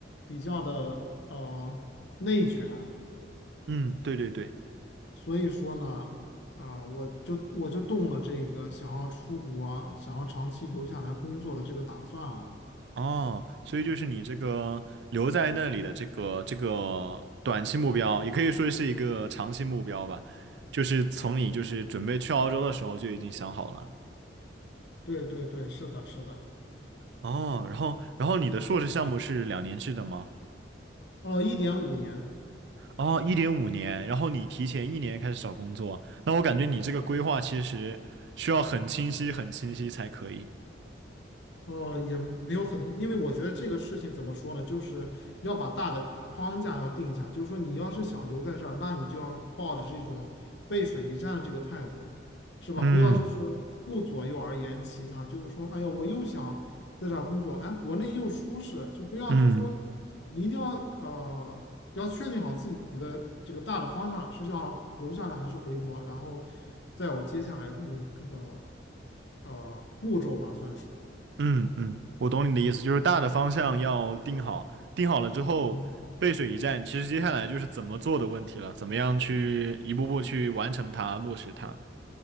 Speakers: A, on the left (about 70°); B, on the right (about 65°).
A: 比较的呃内卷，
B: 嗯，对对对，
A: 所以说呢，啊、我就我就动了这个想要出国、想要长期留下来工作的这个打算了。
B: 哦，所以就是你这个留在那里的这个这个短期目标，也可以说是一个长期目标吧，就是从你就是准备去澳洲的时候就已经想好了。
A: 对对对，是的，是的。
B: 哦，然后然后你的硕士项目是两年制的吗？
A: 哦，一点五年，
B: 哦，一点五年，然后你提前一年开始找工作，那我感觉你这个规划其实需要很清晰、很清晰才可以。
A: 哦，也没有很，因为我觉得这个事情怎么说呢，就是要把大的框架要定下，就是说你要是想留在这儿，那你就要抱着这种背水一战的这个态度，是吧？
B: 嗯
A: 不要就是顾左右而言其他，就是说，哎呀，我又想在这儿工作，哎，国内又舒适，就不要就是说，
B: 嗯
A: 你一定要呃，要确定好自己的这个大的方向是要留下来还是回国，然后再有接下来的那个呃步骤吧，算是。
B: 嗯嗯，我懂你的意思，就是大的方向要定好，定好了之后背水一战，
A: 嗯。
B: 其实接下来就是怎么做的问题了，怎么样去一步步去完成它、落实它。